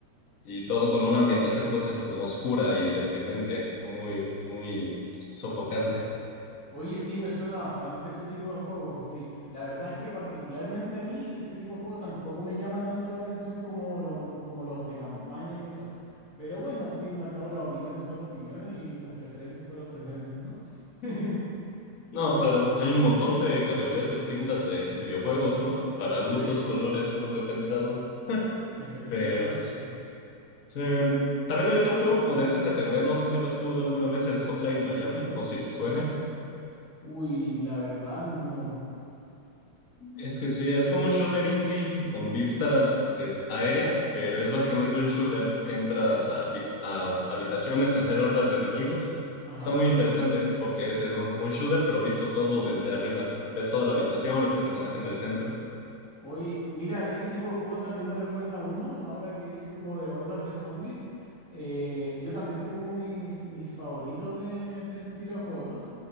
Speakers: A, on the left (about 55°); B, on the left (about 35°).
A: Y todo con una ambientación, pues eso, como oscura y deprimente, muy, muy sofocante.
B: Oye, sí, me suena bastante ese tipo de juegos, sí. La verdad es que particularmente a mí ese tipo de juegos tampoco me llama tanto la atención como los, como los de campaña quizás. Pero bueno, al fin y al cabo las opiniones son opiniones y las preferencias son las preferencias, ¿no? <laughs>
A: No, claro, hay un montón de categorías distintas de videojuegos, ¿no? Para
B: Sí,
A: gustos, colores, es lo que he pensado,
B: efectivamente.
A: pero sí. Sí, También hay otro juego como de esa categoría, no sé si lo has jugado alguna vez, el Hotline Miami, o si te suene.
B: Uy, la verdad no.
A: Es que sí, es como un shooter indie con vistas des- aérea, pero es básicamente un shooter. Entras a, habi- a habitaciones a hacer hordas de enemigos.
B: Ajá.
A: Está muy interesante porque es eso, un shooter, pero visto todo desde arriba. Ves toda la habitación y tu personaje en el centro.
B: Oye, mira, ese tipo de juegos también me recuerda a uno, ahora que dices como de hordas de zombies. eh, yo también tengo como mis, mis favoritos de, de ese estilo de juegos.